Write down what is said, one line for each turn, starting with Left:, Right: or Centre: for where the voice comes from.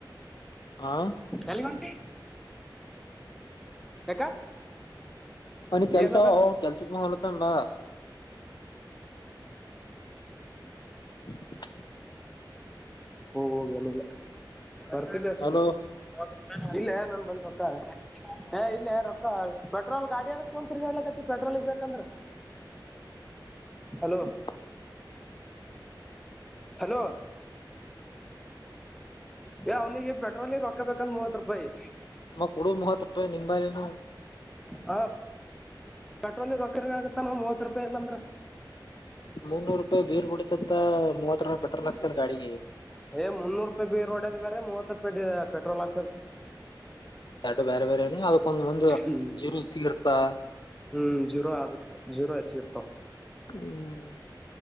Left: ಆ
Centre: ಎಲ್ಲಿಗ್ ಹೊಂಟಿ ಯಾಕ
Left: ಅ ಕೆಲ್ಸ
Centre: ಏನದ
Left: ಕೆಲ್ಸ ಮಾಡ ತ್ತಂಬ <unintelligible> <inaudible>
Centre: ಹೋಗೋಗ ಅನಿಲ್ಲ ಬರ್ತಿದ್ದೆ ಸು
Left: ಹಲೋ
Centre: ಹ ಇಲ್ಲ ನನ್ ಬಂದರು ಅಕ್ಕ ಹ ಇಲ್ಲೇ ರೊಕ್ಕ ಪೆಟ್ರೋಲ್ ಗಾಡಿ ಅದಕ್ ಕುಂತತ್ ಎಲ್ಲಕತಿ ಪೆಟ್ರೋಲ್ಗ್ ಬೇಕಂದ್ರ
Left: <inaudible>
Centre: ಹಲೋ ಹಲೋ ಏ ಅವ್ನಿಗೆ ಪೆಟ್ರೋಲ್ ರೊಕ್ಕಬೇಕಂದ ಮೂ <unintelligible>
Left: ಮಮ್ಮ ಕೊಡು ಮೂವತ್ ರೂಪಾಯಿ ನಿಂಬಾಲನು
Centre: ಹ ಪೆಟ್ರೋಲ್ ರೊಕ ಆಗತ್ತಾನ ಮೂವತ್ ರೂಪಾಯಿ ಇಲ್ಲಂದ್ರ
Left: ಮುನ್ನೂರು ರೂಪಾಯಿ ಬೀರ್ ಕುಡಿತತ್ತ ಮೂವತ್ತ ಪೆಟ್ರೋಲ್ ಆಕ್ಸಲ್ ಗಾಡಿಗೆ
Centre: ಏ ಮುನ್ನೂರು ರೂಪಾಯಿ ಬಿ ರೋಡ್ ಅ ಬ್ರೀ ಮೂವತ್ ರೂಪಾಯಿ ಪೆಟ್ರೋಲ್ ಆಾ
Left: ಚಟ ಬೇರೆ ಬೇರೆಏನು ಅದಕ್ಕೊಂದ್ ಮುಂದು
Centre: ಹ್ಮ್
Left: ಜೀರು ಹೆಚ್ಚಿಗ ಇರ್ತಾ
Centre: ಹ್ಮ್ ಜೀರೋ ಅದು ಜೀರೋ ಆಚ್ಚರ್ತ
Left: ಹ್ಮ್